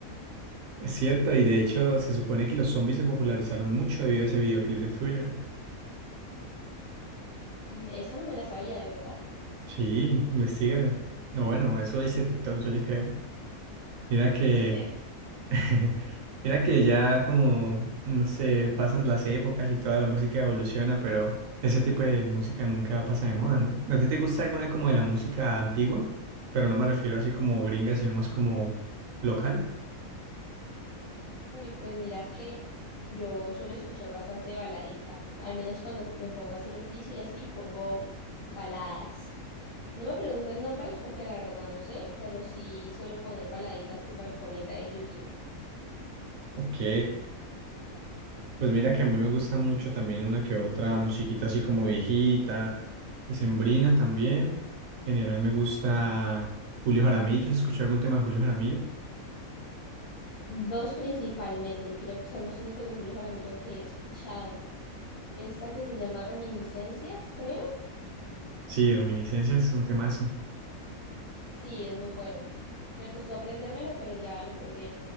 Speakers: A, on the right; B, on the left.
A: Es cierto, y de hecho se supone que los zombies se popularizaron mucho debido a ese videoclip de Thriller.
B: Mm, Esa no me la sabía, de verdad.
A: Sí, investigalo. No, bueno, eso dice TikTok, yo le creo. Mira que
B: <laughs>
A: <laughs> Mira que ya como, no sé, pasan las épocas y toda la música evoluciona, pero ese tipo de música nunca pasa de moda, ¿no? ¿A ti te gusta alguna como de la música antigua? Pero no me refiero así como gringa, sino más como local.
B: Uy, pues mira que yo suelo escuchar bastante baladita, al menos cuando me pongo a hacer oficio y así pongo baladas. No me pregunten nombres porque la verdad no sé, pero sí suelo poner baladitas que me recomienda de YouTube.
A: Ok, pues mira que a mí me gusta mucho también una que otra musiquita así como viejita, decembrina también. En general me gusta Julio Jaramillo, ¿has escuchado algún tema de Julio Jaramillo?
B: Dos principalmente, y creo que son los únicos de Julio Jaramillo que he escuchado. Esta que se llama Reminiscencias, creo.
A: Sí, Reminiscencias es un temazo.
B: Sí, es muy bueno. Me costó aprendérmelo, pero ya lo logré.